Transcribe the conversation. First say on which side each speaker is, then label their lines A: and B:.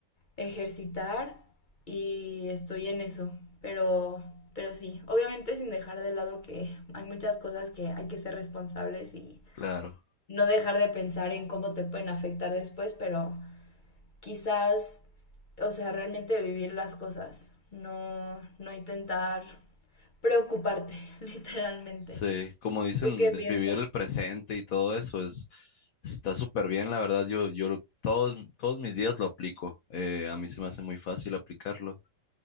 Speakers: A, on the left; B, on the left.
A: ejercitar y estoy en eso, pero, pero sí, obviamente sin dejar de lado que hay muchas cosas que hay que ser responsables y
B: claro.
A: no dejar de pensar en cómo te pueden afectar después, pero quizás, o sea, realmente vivir las cosas, no, no intentar preocuparte, <laughs> literalmente.
B: Sí, como dicen,
A: ¿Tú qué
B: de-
A: piensas?
B: vivir el presente y todo eso es está súper bien, la verdad. Yo, yo lo- todos, todos mis días lo aplico. eh, a mí se me hace muy fácil aplicarlo.